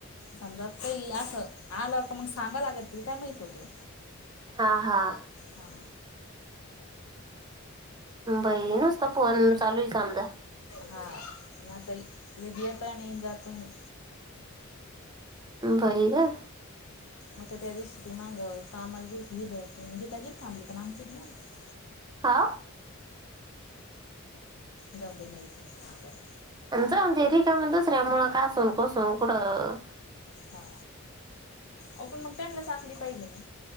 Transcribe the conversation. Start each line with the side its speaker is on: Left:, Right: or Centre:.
Left: समजा काही असं आलं का मग सांगा लागत ते काय माहित होतो.
Right: हा हा
Left: हा
Right: बई नसता फोन चालू आहे समजा.
Left: हा नाता लघी येतो आणि जातो आणि.
Right: बई ग.
Left: आता त्या दिवशी त माग कामाला गेल त हिद गीताचीच थांबली पण आमचीच नाही आलीती.
Right: आ.
Left: जाऊदे नाही तर.
Right: आणि जाऊते र का मण दुसऱ्या मुळं कासून कोसून कुठं.
Left: हा अ पण मग त्यानला साकली पाहिजे ना.